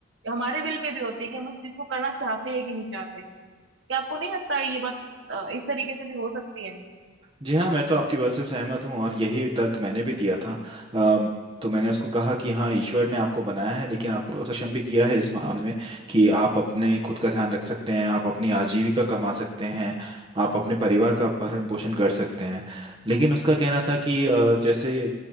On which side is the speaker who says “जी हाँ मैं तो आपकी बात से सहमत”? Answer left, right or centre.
Right